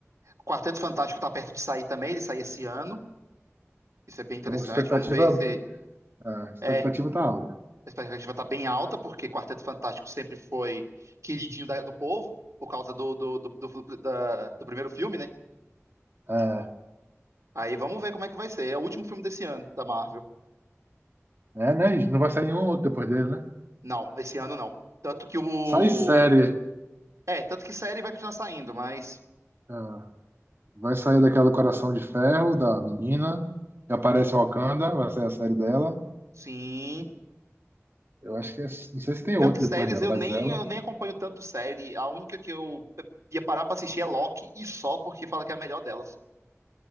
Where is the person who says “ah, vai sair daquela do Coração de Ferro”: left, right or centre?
Right